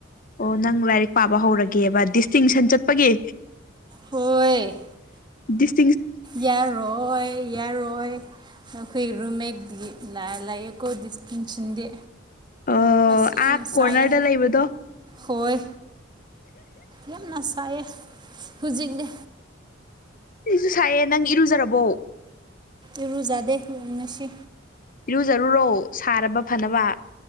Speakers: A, on the left; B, on the right.
A: ꯑꯣ ꯅꯪ ꯂꯥꯏꯔꯤꯛ ꯄꯥꯕ ꯍꯧꯔꯒꯦꯕ ꯗꯤꯁꯇꯤꯡꯁꯟ ꯆꯠꯄꯒꯤ
B: ꯍꯣꯏ
A: ꯁ
B: ꯌꯥꯔꯣꯏ ꯌꯥꯔꯣꯏ ꯑꯩꯈꯣꯏ ꯔꯨꯃꯦꯠ ꯅ ꯂꯌꯦꯀꯣ ꯗꯤꯁꯀꯤꯆꯗꯤ
A: ꯑꯣ
B: ꯑꯁ ꯌꯥꯝꯅ
A: ꯑꯥ ꯀꯣꯔꯅꯔꯗ
B: ꯁꯥꯏꯌꯦ
A: ꯂꯩꯕꯗꯣ
B: ꯍꯣꯏ ꯌꯥꯝꯅ ꯁꯥꯏꯌꯦ ꯍꯧꯖꯤꯛꯅꯦ
A: ꯁꯤꯁꯨ ꯁꯥꯏꯌꯦ ꯅꯪ ꯏꯔꯨꯖꯔꯕꯣ
B: ꯏꯔꯨꯖꯥꯗꯦ ꯂꯅꯁꯤ
A: ꯏꯔꯨꯖꯔꯨꯔꯣ ꯁꯥꯔꯕ ꯐꯅꯕ